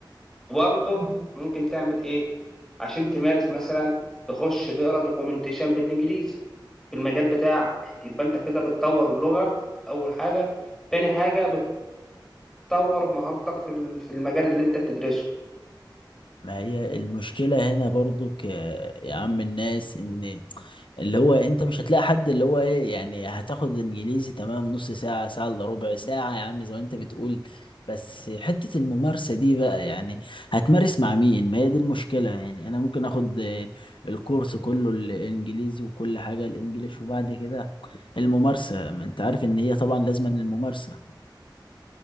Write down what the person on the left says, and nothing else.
ما هي المشكلة هنا برضو ك... يا عم الناس ان اللي هو انت مش هتلاقي حد اللي هو ايه يعني هتاخد انجليزي تمام نص ساعة ساعة الا ربع ساعة يا عم زي ما انت بتقول بس حتة الممارسة دي بقى يعني هتمارس مع مين ما هي دي المشكلة يعني انا ممكن اخد آه، الكورس كله الانجليزي وكل حاجة الانجليش وبعد كده الممارسة ما انت عارف ان هي طبعا لازم الممارسة